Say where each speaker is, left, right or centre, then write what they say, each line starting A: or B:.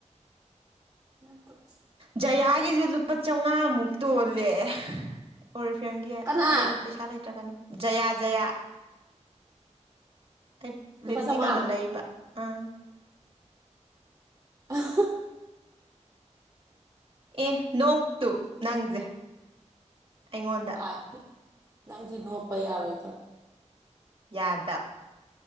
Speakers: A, on the right; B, on the right.
A: ꯑ ꯇ
B: ꯖꯌꯥꯒꯤꯁꯨ ꯂꯨꯄꯥ ꯆꯥꯝꯃꯉꯥꯃꯨꯛ ꯇꯣꯜꯂꯦ ꯑꯣꯔꯤꯐ꯭ꯔꯦꯝꯒꯤ
A: ꯀꯅꯥ
B: ꯑꯩ ꯄꯩꯁꯥ ꯂꯩꯇ꯭ꯔꯒꯅ ꯖꯌꯥ ꯖꯌꯥ ꯑꯩ
A: ꯂꯨꯄꯥ
B: ꯂꯤꯞ ꯏꯁꯇꯤꯛ
A: ꯆꯥꯝꯃꯉꯥ
B: ꯑꯃ ꯂꯩꯕ ꯑꯥ
A: ꯑ
B: ꯑꯦ ꯅꯣꯛꯇꯨ ꯅꯪꯁꯦ ꯑꯩꯉꯣꯟꯗ
A: ꯑꯥ ꯅꯪꯁꯤ ꯅꯣꯛꯄ ꯌꯥꯔꯣꯏ ꯆ
B: ꯌꯥꯗꯞ